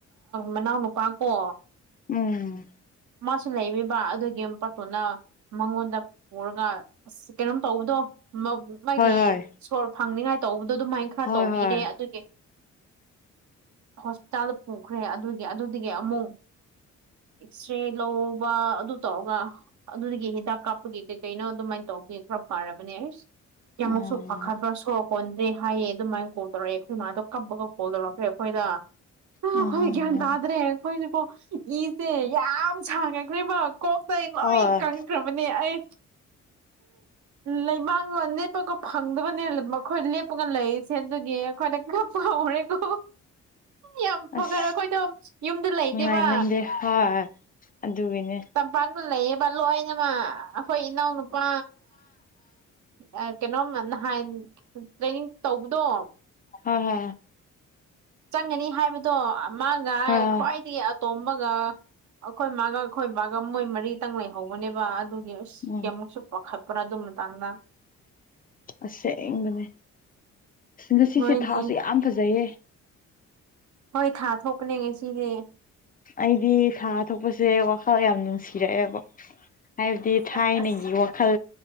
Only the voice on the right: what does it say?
ꯃꯅꯥꯎ ꯅꯨꯄꯥ ꯀꯣ
ꯃꯥꯁꯨ ꯂꯩꯕꯤꯕ ꯑꯗꯨꯒꯤ ꯃꯄꯥꯇꯣꯟꯗ ꯃꯉꯣꯟꯗ ꯄꯨꯔꯒ ꯑꯁ ꯀꯩꯅꯣꯝ ꯇꯧꯕꯗꯣ ꯃꯥꯒꯤ
ꯁꯣꯔ ꯐꯪꯅꯤꯉꯥꯏ ꯇꯧꯕꯗꯣ ꯑꯗꯨꯃꯥꯏꯅ ꯈꯔ
ꯇꯧꯕꯤꯔꯦ
ꯑꯗꯨꯒꯤ ꯍꯣꯁꯄꯤꯇꯥꯜꯗ ꯄꯨꯈ꯭ꯔꯦ ꯑꯗꯨꯒꯤ ꯑꯗꯨꯗꯒꯤ ꯑꯃꯨꯛ ꯑꯦꯛꯁꯔꯦ ꯂꯧꯕ ꯑꯗꯨ ꯇꯧꯔꯒ ꯑꯗꯨꯗꯒꯤ ꯍꯤꯗꯥꯛ ꯀꯥꯞꯄꯒꯤ ꯀꯩ ꯀꯩꯅꯣ ꯑꯗꯨꯃꯥꯏꯅ ꯇꯧꯕꯒꯤꯦ ꯈꯔ ꯄꯥꯔꯕꯅꯦ ꯑꯩꯁ ꯌꯃꯨꯛ
ꯁꯣꯛ ꯄꯈꯠꯕ ꯁꯣ ꯍꯣꯟꯗ꯭ꯔꯦ ꯍꯥꯏꯌꯦ ꯑꯗꯨꯃꯥꯏꯅ ꯀꯣꯜ ꯇꯧꯔꯛꯑꯦ ꯑꯩꯈꯣꯏ ꯃꯥꯗꯣ ꯀꯞꯄꯒ ꯀꯣꯜ ꯇꯧꯔꯛꯈ꯭ꯔꯦ ꯑꯩꯈꯣꯏꯗ ꯑ ꯑꯩꯈꯣꯏ
ꯒ꯭ꯌꯥꯟ ꯇꯥꯗ꯭ꯔꯦ ꯑꯩꯈꯣꯏꯅꯀꯣ ꯏꯁꯦ ꯌꯥꯝ ꯁꯥꯡꯉꯦꯈꯔꯕ ꯀꯣꯛꯇꯩ ꯂꯣꯏ
ꯀꯪꯈ꯭ꯔꯕꯅꯦ ꯑꯩ ꯂꯩꯕꯥꯛꯅ ꯅꯦꯠꯄꯒ ꯐꯪꯗꯕꯅꯦ ꯃꯈꯣꯏ ꯂꯦꯞꯄꯒ ꯂꯩꯔꯤꯁꯦꯗꯨꯒꯤ ꯑꯩꯈꯣꯏꯗ ꯈꯞ ꯐꯥꯎꯔꯦꯀꯣ ꯌꯥꯝ
ꯐꯈꯔꯦ ꯑꯩꯈꯣꯏꯗꯣ ꯌꯨꯝꯗ ꯂꯩꯗꯦꯕ
ꯄꯥꯛꯇ ꯂꯩꯌꯦꯕ ꯂꯣꯏꯅꯃꯛ ꯑꯩꯈꯣꯏ ꯏꯅꯥꯎꯅꯨꯄꯥ ꯑ ꯀꯩꯅꯣꯝ ꯅꯍꯥꯟ ꯇ꯭ꯔꯦꯅꯤꯡ ꯇꯧꯕꯗꯣ
ꯆꯪꯒꯅꯤ ꯍꯥꯏꯕꯗꯣ ꯃꯥꯒ
ꯈ꯭ꯋꯥꯏꯗꯒꯤ ꯑꯇꯣꯝꯕꯒ ꯑꯩꯈꯣꯏ ꯃꯥꯒ ꯑꯩꯈꯣꯏ ꯕꯥꯒ ꯃꯣꯏ ꯃꯔꯤꯇꯪ ꯂꯩꯍꯧꯕꯅꯦꯕ ꯑꯗꯨꯒꯤ ꯑꯁ
ꯀꯩꯃꯨꯛꯁꯨ ꯄꯥꯈꯠꯄ꯭ꯔꯥ ꯑꯗꯨ ꯃꯇꯥꯡꯗ
ꯍꯣꯏꯅꯦ
ꯍꯣꯏ ꯊꯥ ꯊꯣꯛꯀꯅꯦ ꯉ ꯁꯤꯁꯦ
ꯑꯁ ꯑꯁ